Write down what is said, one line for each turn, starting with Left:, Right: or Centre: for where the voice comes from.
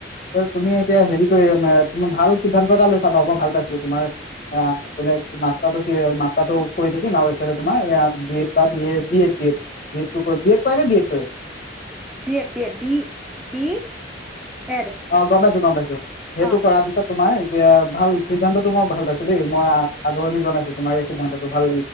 Left: তুমি এতিয়া হেৰিয়ে তুমাৰ ভাল সিদ্ধান্ত এটা লৈছা বাৰু মই ভাল পাইছোঁ। তোমাৰ অ বোলে মাষ্টাৰটো। মাষ্টাৰটো কৰি থাকিম আৰু এইফালে তোমাৰ বি এড বা B Ed, B A, B Ed B Ed. B Ed কৰে নে বি এ কৰে।
Centre: B Ed B Ed, B B Ed
Left: অ গম পাইছোঁ। পাইছোঁ। সেইটো
Centre: অ
Left: কৰাৰ পিছত তোমাৰ এতিয়া ভাল, সিদ্ধান্ততটো মই ভাল পাইছোঁ, দেই, মই আদৰণি জনাইছোঁ তোমাৰ এই সিদ্ধান্তটো ভাল।